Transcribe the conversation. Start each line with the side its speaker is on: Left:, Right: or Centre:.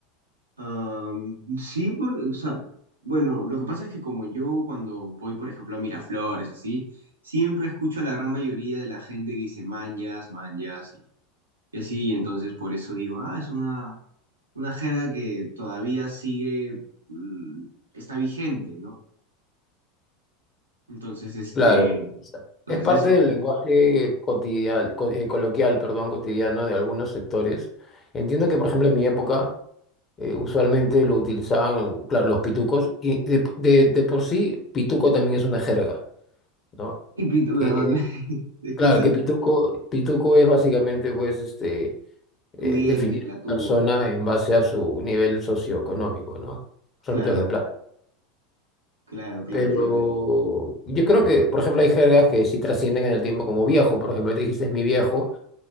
Right: Am, sí, porque, o sea, bueno, lo que pasa es que como yo cuando voy, por ejemplo, a Miraflores, así, siempre escucho a la gran mayoría de la gente que dice manjas, manjas, y, y así, entonces por eso digo, ah, es una, una jerga que todavía sigue, mm, está vigente, ¿no? Entonces, este,
Left: Claro.
Right: entonces
Left: o sea, Es parte
Right: eso.
Left: del lenguaje cotidial, co- eh, coloquial, perdón, cotidiano de algunos sectores. Entiendo que, por ejemplo, en mi época, eh, usualmente lo utilizaban, claro, los pitucos, y de, de de por sí, pituco también es una jerga, ¿no?
Right: Y pito,
Left: que,
Right: ¿verdad? <laughs> Es
Left: claro,
Right: que sean
Left: que pituco, pituco es básicamente, pues, este,
Right: pudiente,
Left: eh, definir
Right: platudo,
Left: a la persona en base a su nivel socioeconómico, ¿no? Son
Right: claro,
Left: métodos de plata.
Right: claro, claro,
Left: Pero
Right: claro.
Left: yo creo que, por ejemplo, hay jergas que sí trascienden en el tiempo, como viejo, por ejemplo, te dijiste es mi viejo,